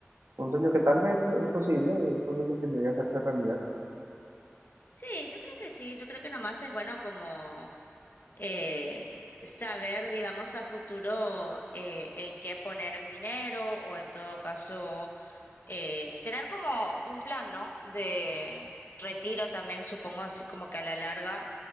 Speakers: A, on the right (about 85°); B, on the left (about 50°).
A: un sueño que tal vez es posible, es posible que llegue a hacerse realidad.
B: Sí, yo creo que sí, yo creo que nomás es bueno como eh, saber, digamos, a futuro eh, en qué poner el dinero o en todo caso eh, tener como un plan, ¿no? De retiro también, supongo, así como que a la larga